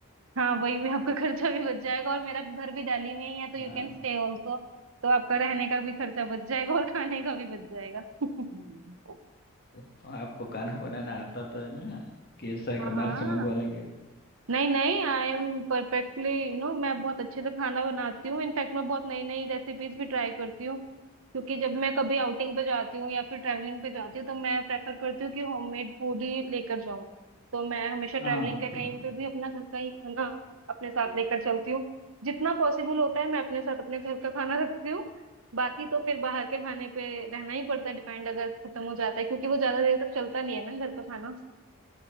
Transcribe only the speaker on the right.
हाँ वही भी आपका खर्चा भी बच जाएगा और मेरा घर भी डाली में ही है तो यू
कैन स्टे ऑल्सो तो आपका रहने का भी खर्चा बच जाएगा और खाने का भी बच जाएगा <laughs>
हाँ
हाँ
नहीं नहीं I am perfectly you know मैं बहुत अच्छे से खाना बनाती हूँ इनफैक्ट मैं बहुत नई नई रेसिपीज भी ट्राई करती हूँ क्योंकि जब मैं कभी आउटिंग पे जाती हूँ या फिर ट्रैवलिंग पे जाती हूँ तो मैं प्रेफर करती हूँ कि होममेड फूड ही लेकर जाऊँ तो मैं हमेशा ट्रैवलिंग
के टाइम
पे भी अपना घर का ही खाना अपने साथ लेकर चलती हूँ जितना पॉसिबल होता है मैं अपने साथ अपने घर का खाना रखती हूँ बाकी तो फिर बाहर के खाने पे रहना ही पड़ता है डिपेंड अगर खत्म हो जाता है क्योंकि वो ज्यादा देर तक चलता नहीं है ना घर का खाना